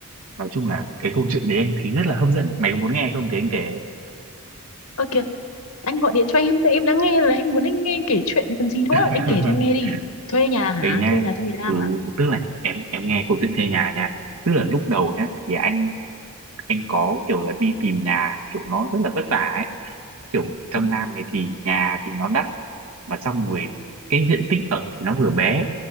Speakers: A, on the right; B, on the left.
A: nói chung là cái câu chuyện đấy anh thấy rất là hấp dẫn mày có muốn nghe không thì anh kể
B: Ơ kìa, anh gọi điện cho em, tại em đang nghe là em muốn anh nghe kể chuyện còn gì nữa.
A: <laughs>
B: Anh kể cho em nghe đi. Thuê nhà hả?
A: đây nha
B: Thuê nhà trong miền Nam
A: ừ
B: hả?
A: tức là em em nghe câu chuyện thuê nhà nha tức là lúc đầu nhá thì anh anh có kiểu là đi tìm nhà kiểu nó rất là vất vả ấy kiểu trong
B: Ừ,
A: Nam này thì nhà thì nó đắt mà xong rồi cái diện tích ở thì nó vừa bé